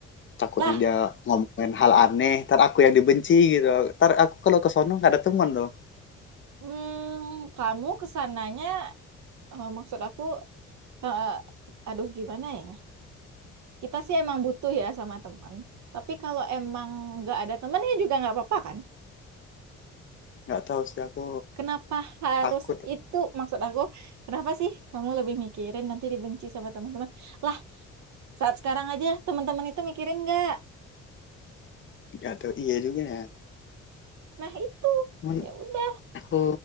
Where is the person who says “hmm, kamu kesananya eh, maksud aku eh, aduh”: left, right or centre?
Right